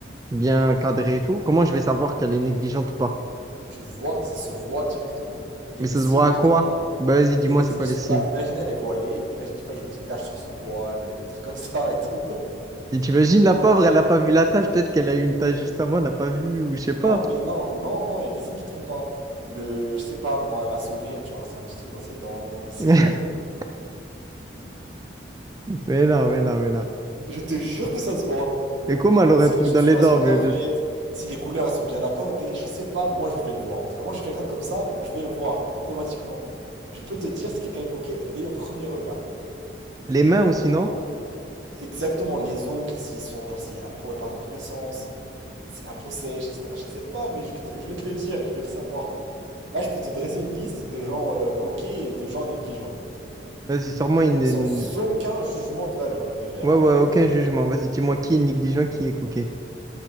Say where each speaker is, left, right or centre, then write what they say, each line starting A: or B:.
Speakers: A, on the right; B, on the right.
A: bien cadrées et tout, comment je vais savoir qu'elle est négligente ou pas?
B: tu le vois, ça se voit directement. Il
A: Mais
B: y a des
A: ça
B: signes
A: se voit à
B: qui
A: quoi?
B: trompent pas.
A: Bah, vas-y, dis-moi,
B: Il y a des
A: c'est
B: signes,
A: quoi
B: je
A: les
B: sais
A: signes?
B: pas, imagine elle est voilée, imagine, je sais pas, il y a une petite tache sur son voile, euh, des trucs comme ça et tout.
A: Et t'imagines la pauvre, elle n'a pas vu la tâche, peut-être qu'elle a eu une tâche juste avant, elle n'a pas vu, ou je sais
B: Non,
A: pas.
B: mais non, non, non, il y a des signes qui trompent pas. Le, je sais pas, moi, elle va sourire, tu vois, c'est un petit truc dans ses dents. euh, Si...
A: <laughs> Mais non, mais non, mais non.
B: <laughs> Je te jure que ça se voit.
A: Et comment elle aurait
B: Si
A: un truc
B: les chaussures,
A: dans les dents,
B: elles sont bien
A: mais
B: faites,
A: le-
B: si les couleurs, elles sont bien accordées, je sais pas, moi, je vais le voir. En tout cas, moi, je suis quelqu'un comme ça, donc je vais le voir, automatiquement. Je peux te dire si quelqu'un est coquet dès le premier regard.
A: les mains aussi, non?
B: Exactement, les ongles, s'ils sont, genre, s'il y a la peau, elle part dans tous les sens, si la peau sèche, etc. Je sais pas, mais je vais te, je vais te le dire, je vais le savoir. Là, je peux te dresser une liste de gens euh, coquets et de gens négligents.
A: Vas-y, sors-moi une, une-
B: sans aucun jugement de valeur, mais vraiment
A: Ouais, ouais, aucun
B: aucun.
A: jugement. Vas-y, dis-moi qui est négligent, qui est coquet.